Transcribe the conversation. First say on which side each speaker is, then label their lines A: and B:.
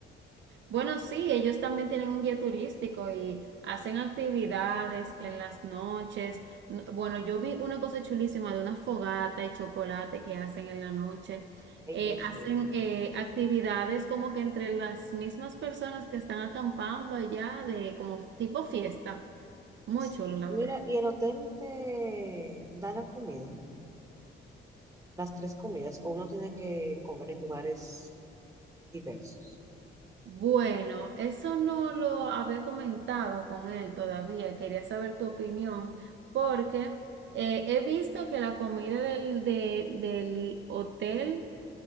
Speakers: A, on the right; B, on the right.
A: Bueno, sí, ellos también tienen un guía turístico y hacen actividades en las noches. N- Bueno, yo vi una cosa chulísima de una fogata y chocolate que hacen en la noche.
B: Ay,
A: Eh,
B: qué chulo.
A: hacen eh, actividades como que entre las mismas personas que están acampando allá, de como tipo fiesta. Muy
B: Sí,
A: chulo, la
B: mira,
A: verdad.
B: ¿y el hotel te da la comida? Las tres comidas, o uno tiene que comer en lugares diversos.
A: Bueno, eso no lo había comentado con él todavía. Quería saber tu opinión porque eh, he visto que la comida del, de- del hotel